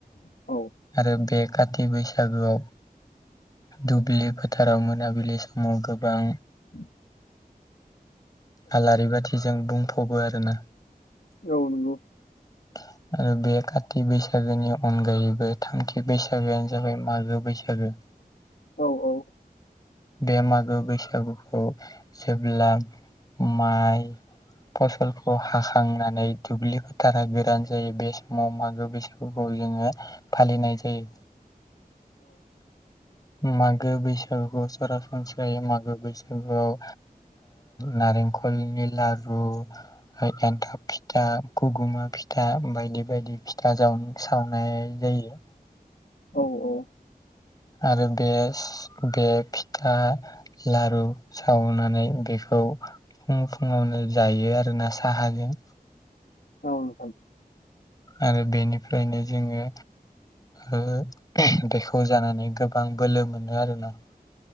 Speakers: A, on the left; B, on the left.
A: औ औ
B: आरो बे काति बैसागोआव दुब्लि फोथाराव मोनाबिलि समाव गोबां
A: <inaudible>
B: आलारि बाथिजों बुंफबो आरोना।
A: औ नंगौ।
B: <inaudible> आरो बे काति बैसागोनि अनगायैबो थामथि बैसागोआनो जाबाय मागो बैसागो <inaudible>
A: औ औ
B: बे मागो बैसागुखौ जेब्ला माइ फसलखौ हाखांनानै दुब्लि फोथारा गोरान जायो बे समाव मागो बैसागु फोरखौ जोङो फालिनाय जायो। मागो बैसागुखौ सरासनस्रायै मागो बैसागुआव ओ नारेंखलनि लारु एन्थाब फिथा खगुमा फिथा बायदि बायदि फिथाव सावनाय जायो।
A: औ औ
B: आरो बे बे फिथा लारु सावनानै बेखौ फुं फुङावनो जायो आरोना साहाजों
A: औ
B: आरो बेनिफ्रायनो जोङो ओ बेखौ जानानै गोबां बोलो मोनो आरोना।